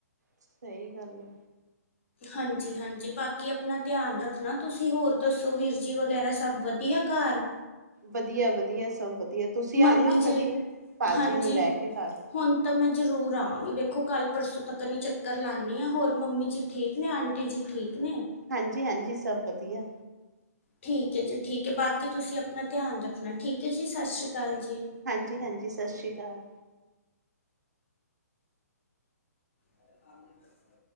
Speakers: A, on the right; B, on the left.
A: ਸਹੀ ਗੱਲ ਏ।
B: ਹਾਂਜੀ-ਹਾਂਜੀ ਬਾਕੀ ਆਪਣਾ ਧਿਆਨ ਰੱਖਣਾ ਤੁਸੀਂ ਹੋਰ ਦੱਸੋ ਵੀਰ ਜੀ ਵਗੈਰਾ ਸਭ ਵਧੀਆ ਘਰ।
A: ਵਧੀਆ-ਵਧੀਆ ਸਭ ਵਧੀਆ ਤੁਸੀਂ ਆਨਾ
B: ਮੰਮੀ ਜੀ
A: ਕਦੀ ਭਾਜੀ
B: ਹਾਂਜੀ
A: ਨੂੰ ਲੈ ਕੇ ਘਰ।
B: ਹੁਣ ਤਾਂ ਮੈਂ ਜ਼ਰੂਰ ਆਵਾਂਗੀ ਵੇਖੋ ਕੱਲ ਪਰਸੋਂ ਤੱਕ ਨਹੀ ਚੱਕਰ ਲਾਉਦੀ ਹਾਂ ਹੋਰ ਮੰਮੀ ਜੀ ਠੀਕ ਨੇ ਆਂਟੀ ਜੀ ਠੀਕ ਨੇ।
A: ਹਾਂਜੀ-ਹਾਂਜੀ ਸਭ ਵਧੀਆ।
B: ਠੀਕ ਹੈ ਜੀ, ਠੀਕ ਹੈ ਬਾਕੀ ਤੁਸੀਂ ਆਪਣਾ ਧਿਆਨ ਰੱਖਣਾ ਠੀਕ ਹੈ ਜੀ ਸਸ ਸ੍ਰੀ ਕਾਲ ਜੀ।
A: ਹਾਂਜੀ-ਹਾਂਜੀ ਸਸ ਸ੍ਰੀ ਕਾਲ।
B: ਹ <unintelligible>